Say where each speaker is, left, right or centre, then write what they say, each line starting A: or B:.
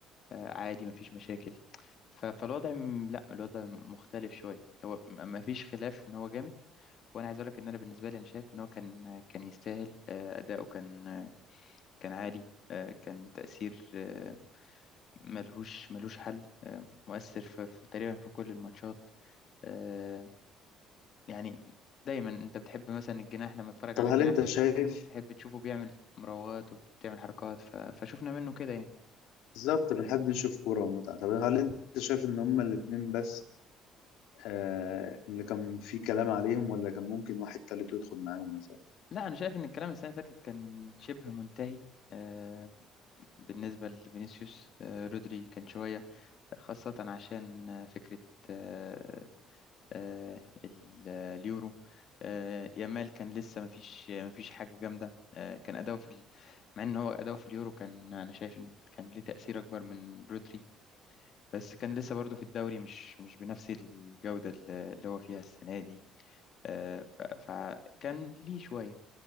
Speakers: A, on the left; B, on the left.
A: آه، عادي مفيش مشاكل ف- فالوضع م- لا الوضع مختلف شوية هو م- مفيش خلاف إن هو جامد وأنا عايز أقولك إن أنا بالنسبة لي أنا شايف إن هو كان كان يستاهل آه، أداؤه كان آه، كان عالي آه، كان تأثير آه، ملهوش ملهوش حل آه، مؤثر في في- تقريبا في كل الماتشات آه، يعني دايما أنت بتحب مثلا الجناح لما تتفرج
B: طب
A: على
B: هل
A: جناح
B: انت شايف
A: تحب تشوفه بيعمل مراوغات وبتعمل حركات ف... فشوفنا منه كده يعني
B: بالظبط بنحب نشوف كوره ومتعه طب هل انت شايف ان هما الاتنين بس آه اللي كان فيه كلام عليهم ولا كان ممكن واحد تالت يدخل معاهم مثلا
A: لا انا شايف ان الكلام السنه اللي فاتت كان شبه منتهي آه، بالنسبه لفينيسيوس آه، رودري كان شويه خاصه عشان آه، فكره آه، آه، ال- آه، اليورو آه، يامال كان لسه مفيش مفيش حاجه جامده آه، كان اداؤه في ال... مع ان هو اداؤه في اليورو كان انا شايف ان كان ليه تاثير اكبر من رودري بس كان لسه برضه في الدوري مش مش بنفس الجودة اللي هو فيها السنة دي آه، ف- فكان ليه شوية